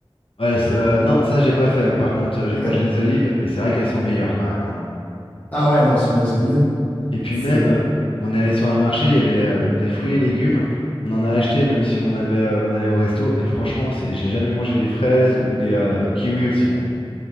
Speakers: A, on the left; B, on the left.
A: ouais, c'est- euh, non, ça j'ai pas fait. Par contre, j'ai
B: OK.
A: mangé des olives et c'est vrai qu'elles sont meilleures quand même. hein.
B: Ah ouais, non, j'imagine. là.
A: Et puis
B: C'est.
A: même, on est allé sur un marché, il y avait euh, des fruits et légumes. On en a acheté même si on avait, euh, on allait au resto. Et franchement, c'est, j'ai jamais mangé des fraises ou des euh, kiwis aussi bon.